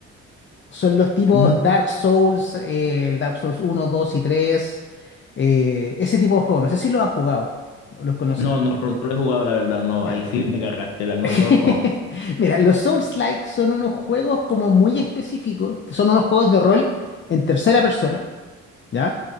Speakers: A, on the left; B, on the left.
A: Son los tipos
B: No,
A: Dark Souls, eh, el Dark Souls uno dos y tres eh, ese tipo de juegos. No sé si los has jugado o los conoces.
B: no, no, no lo he jugado, la verdad, no,
A: Ya.
B: ahí sí me agarraste, la- no,
A: <laughs>
B: no los conozco.
A: Mira, los Souls-like son unos juegos como muy específicos, que son unos juegos de rol en tercera persona. ¿ya?